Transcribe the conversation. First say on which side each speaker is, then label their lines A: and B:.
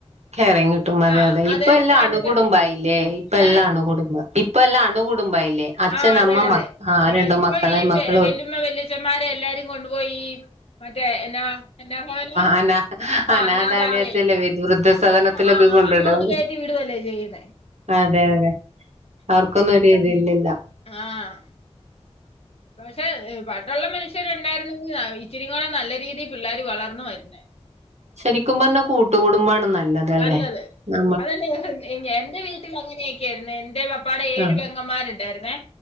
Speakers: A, on the right; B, on the left.
A: കെയറിങ് കിട്ടും അതെ
B: ആഹ്
A: അതെ ഇപ്പ
B: അതേ
A: എല്ലാം
B: സ്ഥാനത്ത്
A: അണു കുടുംബയില്ലേ. ഇപ്പ എല്ലാംണുകുടുംബം.
B: ഏഹ്
A: ഇപ്പ എല്ലാം കുടുംബായി ല്ലേ അച്ഛനമ്മ
B: ആഹ് അതെ അതെ
A: മ ആ ആ
B: ആഹ്
A: രണ്ട്
B: ഇപ്പൊ
A: മക്കളെ
B: ഈ
A: മക്കള്
B: വെ വെല്ലുമ്മ
A: ഒ
B: വെല്ലിച്ചന്മാരെ എല്ലാരും കൊണ്ടുപോയി മറ്റേ എന്നാ എന്നാ ഭവനാ
A: അനാ
B: ആ
A: അനാഥാലയത്തില്
B: അനാഥലയം
A: വൃദ്ധസദനത്തിലൊക്കെ
B: ആ ആ
A: കൊണ്ടിടും
B: അങ്ങോട്ട് കയറ്റി വിടുവല്ലേ ചെയ്യുന്നേ.
A: അതെ അതെ അവർക്കൊന്നും ഒരിതില്ലല്ലോ.
B: ആഹ പക്ഷെ പണ്ടൊള്ള മനുഷ്യരുണ്ടായിരുന്നെങ്കിൽ ഇച്ചിരികോടെ നല്ല രീതിയിൽ പിള്ളേർ വളർന്നു വരുന്നോ.
A: ശരിക്കും പറഞ്ഞാ കൂട്ടുകടുംബമാണ് നല്ലതല്ലെ.
B: നല്ലത്
A: നാ
B: അതല്ലേ എന്റെ വീട്ടിൽ അങ്ങനെയൊക്കെയായിരുന്നെ. എന്റെ പപ്പാടെ ഏഴു
A: ആഹ്
B: പെങ്ങമാരുണ്ടായിരുന്നേ.